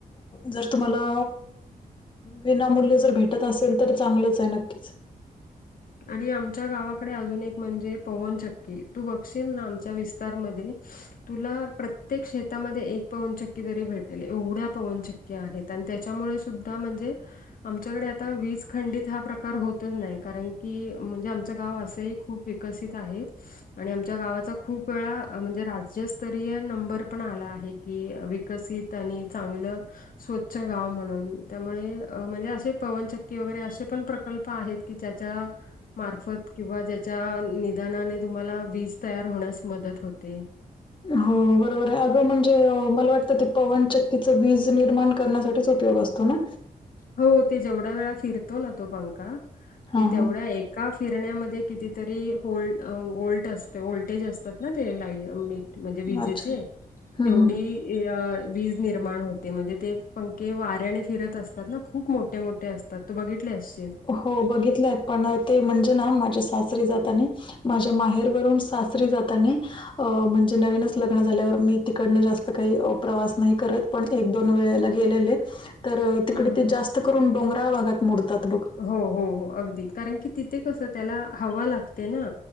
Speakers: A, on the left (about 35°); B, on the left (about 70°).
A: जर तुम्हाला. विनामूल्य जर भेटत असेल. तर चांगलंच आहे नक्कीच.
B: आणि आमच्या गावाकडे अजून एक म्हणजे पवनचक्की तू बघशील ना आमच्या विस्तारमध्ये तुला प्रत्येक शेतामध्ये एक पवनचक्की तरी भेटेल एवढ्या पवनचक्की आणि त्याच्यामुळे सुद्धा म्हणजे आमच्याकडे आता वीज खंडित हा प्रकार होतच नाही. कारण की म्हणजे आमचं गाव असंही खूप विकसित आहे. आणि आमच्या गावाचा खूप वेळा म्हणजे राज्यस्तरीय नंबर पण आला आहे. कि विकसित आणि चांगलं स्वच्छ गाव म्हणून त्यामुळे म्हणजे असे पवनचक्की वगैरे असे पण प्रकल्प आहेत. कि त्याच्या. मार्फत किंवा ज्याच्या निदानाने तुम्हाला वीज तयार होण्यास मदत होते.
A: हो बरोबर आहे अगं म्हणजे मला वाटतं ते पवनचक्कीचं वीज निर्माण करण्यासाठीच उपयोग असतो. त ना
B: हो ते जेवढ्या वेळा फिरतो ना तो पंखा
A: हां,
B: कि तेवढ्या
A: हां.
B: एक का फिरण्यामध्ये कितीतरी हो व्हल्ट असते व्हल्टेज असतात. ना ते लाई म्हणजे विजेचे
A: अच्छा. हं,
B: तेवढी
A: हं, हं.
B: वीज निर्माण होते. म्हणजे ते पंखे वाऱ्याने फिरत असतात. ना खूप मोठे मोठे असतात. तू बघितले असशील
A: हो बघितले आहेत. पण ते म्हणजे ना माझ्या सासरी जाता आणि माझ्या माहेर वरून सासरी जाता आणि अ म्हणजे नवीनच लग्न झाल्यावर मी तिकडनं जास्त काही प्रवास नाही करत. पण एक दोन वेळेला गेलेले तर तिकडे
B: हम्म हम्म.
A: ते जास्त करून डोंगराळ भागात मोडतात बघ.
B: हो हो हो अगदी कारण की तिथे कस त्याला हवा लागते. ना